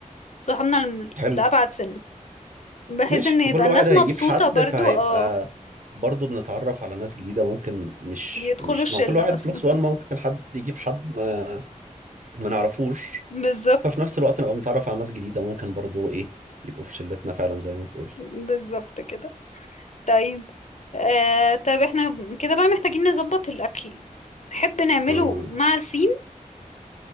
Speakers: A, on the left (about 60°); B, on the right (about 70°).
A: صحابنا الم-
B: حلو
A: الأبعد سنة بحيث
B: ماشي
A: ان
B: فكل
A: يبقى
B: واحد
A: الناس
B: هيجيب
A: مبسوطة
B: حد
A: برضو
B: فهيبقى
A: اه
B: برضه بنتعرف على ناس جديدة ممكن مش
A: يدخلوا
B: مش
A: الشلة
B: ما هو كل واحد
A: اصلا
B: بلس وان ممكن حد يجيب حد ما ما نعرفوش
A: بالظبط
B: ففي نفس الوقت نبقى بنتعرف على ناس جديدة ممكن برضه إيه يبقوا في شلتنا فعلا زي ما تقول
A: بالظبط كده طيب آه طيب احنا كده بقى محتاجين نظبط الاكل تحب نعمله
B: امم
A: مع الثيم